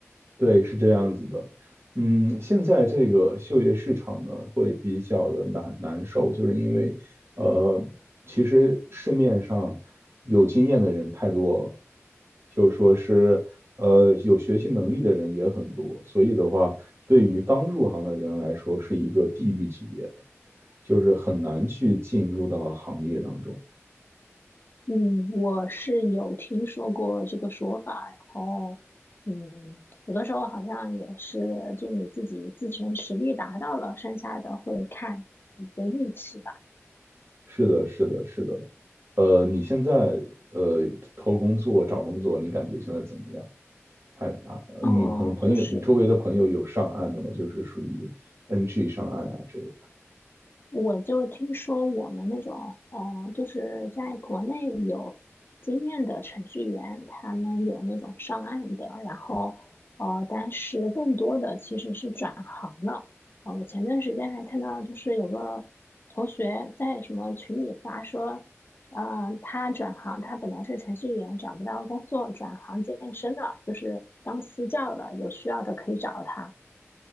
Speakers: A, on the right; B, on the left.
A: 对，是这样子的。嗯，现在这个就业市场呢，会比较的难难受，就是因为，呃，其实市面上有经验的人太多了，就说是，呃，有学习能力的人也很多，所以的话，对于刚入行的人来说，是一个地狱级别的，就是很难去进入到行业当中。
B: 嗯，我是有听说过这个说法，然后嗯，有的时候好像也是就你自己自身实力达到了，剩下的会看一个运气吧。
A: 是的，是的，是的。呃，你现在呃投工作、找工作，你感觉现在怎么样？还啊，
B: 哦，
A: 你朋朋友，
B: 就是
A: 你周围的朋友有上岸的吗？就是属于 NG 上岸啊这个。
B: 我就听说我们那种，哦，就是在国内有经验的程序员，他们有那种上岸的，然后，呃，但是更多的其实是转行了。呃，我前段时间还看到，就是有个同学在什么群里发说，嗯，他转行，他本来是程序员，找不到工作，转行健身了，就是当私教了，有需要的可以找他。